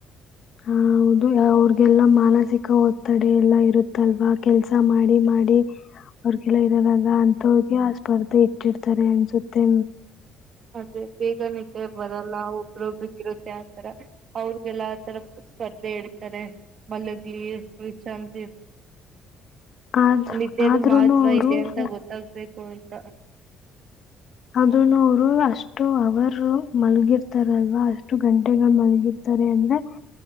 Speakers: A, on the left; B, on the right.
A: ಹ ಹೌದು ಅವ್ರಗೆಲ್ಲ ಮಾನಸಿಕ ಒತ್ತಡ ಎಲ್ಲಾ ಇರುತ್ತಲ್ವಾ ಕೆಲ್ಸ ಮಾಡಿ ಮಾಡಿ ಅವ್ರಿಗೆಲ್ಲ ಇರದಾಗ ಅಂತ ಹೋಗಿ ಆ ಸ್ಪರ್ಧೆ ಇಟ್ಟಿರ್ತಾರೆ ಅನ್ಸುತ್ತೆ.
B: ಹದೆ. ಬೇಗನಿದ್ದೆ ಬರಲ್ಲ ಒಬ್ರೊಬ್ರಗ ಇರುತ್ತೆ ಆತರ. ಅವ್ರಗೆಲ್ಲಾ ಆತರ ಸ್ಪರ್ಧೆ ಹಿಡ್ತಾರೆ ಮಲದಲಿಶಾಂತ್.
A: ಆದ್ರೆ
B: ನಿದ್ದೆ
A: ಆದ್ರೂನು
B: ದು ಮಹತ್ವ
A: ಅವರು
B: ಇದೆ ಅಂತ ಗೊತ್ತಾಗಬೇಕು. ಹ-
A: ಅ್ರೂನು ಅವರು ಅಷ್ಟು ಅವರ್ ಮಲ್ಗಿರ್ತಾರಲ್ವಾ ಅಷ್ಟು ಗಂಟೆಗಳ ಮಲ್ಗಿರ್ತಾರೆ ಅಂದ್ರೆ